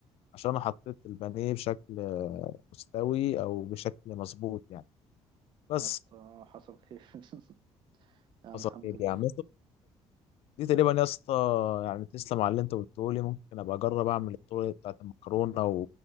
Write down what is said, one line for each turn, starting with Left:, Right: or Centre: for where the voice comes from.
Left: عشان انا حطيت البانيه بشكل آه، مستوي او بشكل مظبوط يعني بس
Right: يا اسطى حصل خير <laughs> يعني
Left: حصل
Right: الحمد
Left: خير
Right: لله
Left: يعني دي تقريبا يا اسطى يعني تسلم على اللي انت قلته لي ممكن ابقى اجرب اعمل الطرق بتاعت المكرونه